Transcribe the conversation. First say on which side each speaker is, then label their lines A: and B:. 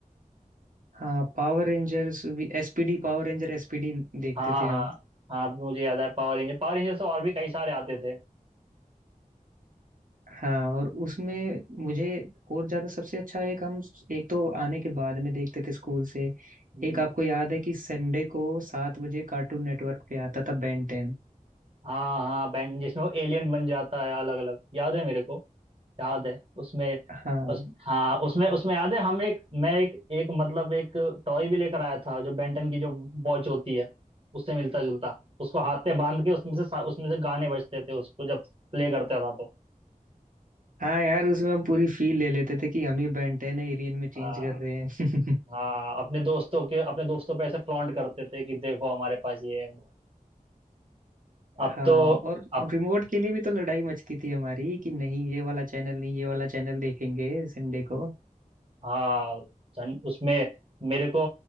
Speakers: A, on the right; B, on the right.
A: हाँ पावर रेंजर्स भी एसपीडी पावर रेंजर एसपीडी देखते
B: हाँ
A: थे
B: हाँ
A: हम
B: हाँ अब मुझे याद है पावर रेंजर पावर रेंजर्स से और भी कई सारे आते थे
A: हाँ और उसमें मुझे और ज्यादा सबसे अच्छा एक हम एक तो आने के बाद में देखते थे स्कूल से
B: हम्म,
A: एक आपको याद है कि संडे को सात
B: हम्म।
A: बजे कार्टून नेटवर्क पे आता था बेन टेन
B: हाँ हाँ बैंड जिसमें वो एलियन बन जाता है अलग अलग याद है मेरे को याद है उसमें
A: हाँ
B: उस हाँ उसमें उसमें याद है हम एक मैं एक एक मतलब एक टॉय भी लेकर आया था जो बेंटन की जो वॉच होती है उससे मिलता जुलता उसको हाथ पे बांध के उसमें से सा- उसमें से गाने बजते थे उसको जब प्ले करता था तो
A: हाँ यार उसमें हम पूरी फील ले लेते थे कि हम ही बेन टेन है एलियन में चेंज
B: हाँ।
A: कर रहे हैं <laughs>
B: हाँ अपने दोस्तों के अपने दोस्तों पे ऐसे फ्लॉन्ट करते थे कि देखो हमारे पास ये है वो है। अब
A: हाँ
B: तो
A: और
B: अब
A: रिमोट के लिए भी तो लड़ाई मचती थी हमारी कि नहीं ये वाला चैनल नहीं ये वाला चैनल देखेंगे संडे को
B: हाँ सन- उसमें मेरे को